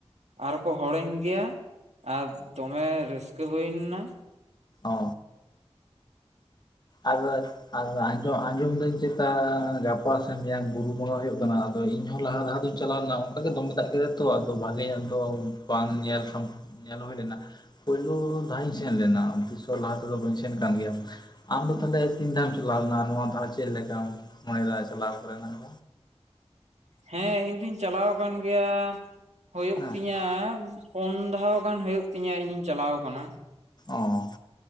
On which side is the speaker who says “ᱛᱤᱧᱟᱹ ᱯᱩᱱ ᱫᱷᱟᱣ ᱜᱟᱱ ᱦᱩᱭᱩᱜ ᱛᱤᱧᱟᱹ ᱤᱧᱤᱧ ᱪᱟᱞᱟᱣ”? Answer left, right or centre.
Right